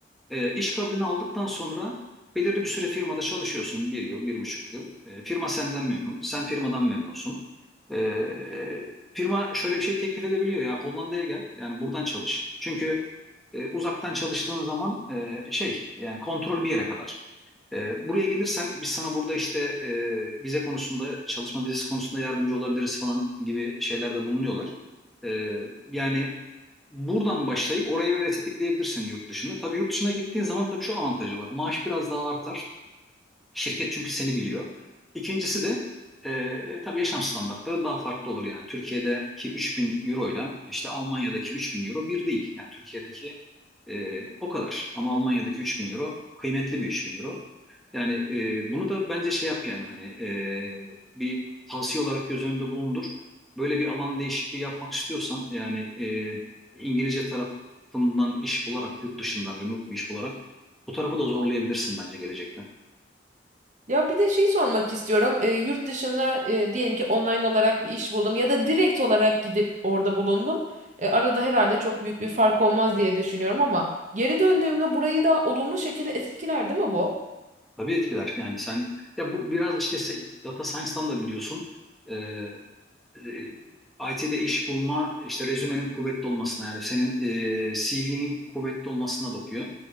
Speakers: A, in the centre; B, on the right.
A: E, iş kabulünü aldıktan sonra belirli bir süre firmada çalışıyorsun. Bir yıl, bir buçuk yıl. E, firma senden memnun, sen firmadan memnunsun. E, firma şöyle bir şey teklif edebiliyor ya Hollanda'ya gel, yani buradan çalış. Çünkü e, uzaktan çalıştığın zaman e, şey yani kontrol bir yere kadar. E, buraya gelirsen biz sana burada işte e, vize konusunda çalışma vizesi konusunda yardımcı olabiliriz falan gibi şeylerde bulunuyorlar. E, yani Buradan başlayıp orayı öyle tetikleyebilirsin yurt dışını. Tabii yurt dışına gittiğin zaman tabii şu avantajı var. Maaş biraz daha artar. Şirket çünkü seni biliyor. İkincisi de e, tabii yaşam standartların daha farklı olur yani. Türkiye'deki 3000 euro ile işte Almanya'daki 3000 euro bir değil. Yani Türkiye'deki e, o kadar. Ama Almanya'daki 3000 euro kıymetli bir 3000 euro. Yani e, bunu da bence şey yap yani hani e, bir tavsiye olarak göz önünde bulundur. Böyle bir alan değişikliği yapmak istiyorsan yani e, İngilizce tarafından iş bularak yurt dışından remote bir iş bularak bu tarafı da zorlayabilirsin bence gelecekte.
B: Ya bir de şey sormak istiyorum. E, yurt dışında e, diyelim ki online olarak bir iş buldum ya da direkt olarak gidip orada bulundum. E, arada herhalde çok büyük bir fark olmaz diye düşünüyorum ama geri döndüğümde burayı da olumlu şekilde etkiler değil mi bu?
A: Tabii etkiler. Yani sen ya bu biraz işte se- data science'dan da biliyorsun. Ee, e, IT'de iş bulma işte rezümenin kuvvetli olmasına yani senin e, CV'nin kuvvetli olmasına bakıyor.